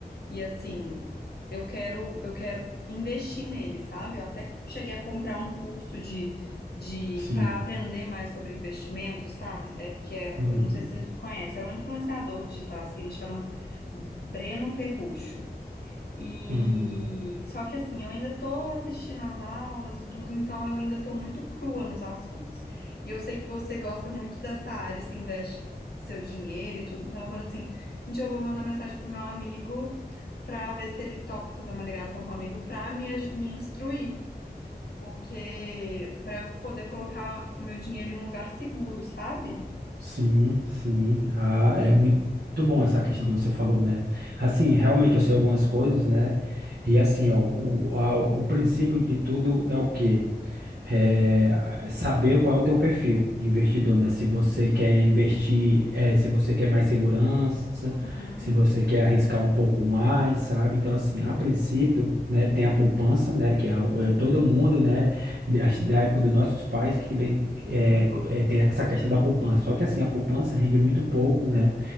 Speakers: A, on the left; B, on the right.
A: e assim, eu quero, eu quero investir nele, sabe? Eu até cheguei a comprar um curso de de
B: Sim.
A: para aprender mais sobre investimento, sabe? É, que é,
B: Uhum.
A: eu não sei se você conhece, é um influenciador digital assim, ele chama Breno Perrucho. E
B: Hum.
A: só que assim, eu ainda tô assistindo às aulas e tudo, então eu ainda tô muito crua nos assuntos. E eu sei que você gosta muito dessa área, você investe seu dinheiro e tudo, então eu falo assim, gente, eu vou mandar mensagem pro meu amigo pra ver se ele topa fazer uma ligação comigo pra me, aj- me instruir, porque pra eu poder colocar o meu dinheiro em um lugar seguro, sabe?
B: Sim, sim. Ah, é muito, muito bom essa questão que você falou, né? Assim, realmente eu sei algumas coisas, né? E assim, ó, o, a- o princípio de tudo é o quê? é, saber qual é o teu perfil de investidor, né? Se você quer investir, é, se você quer mais segurança,
A: Uhum.
B: se você quer arriscar um pouco mais, sabe? Então, assim, a princípio, né, tem a poupança, né, que é, o- é todo mundo, né, da, da época dos nossos pais que vem, é, co- é, tem essa questão da poupança. Só que, assim, a poupança rende muito pouco, né?